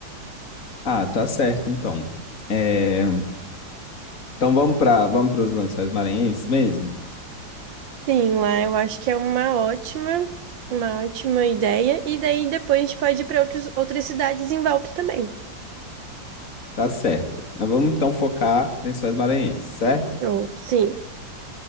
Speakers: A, on the left (about 45°); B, on the right (about 80°).
A: Ah, tá certo, então. É, Então vamos para vamos para os Lençóis Maranhenses mesmo?
B: Sim, lá eu acho que é uma ótima, uma ótima ideia. E daí depois a gente pode ir para outros, outras cidades em volta também.
A: Tá certo. Mas vamos então focar em Lençóis Maranhenses, certo?
B: Eu, sim.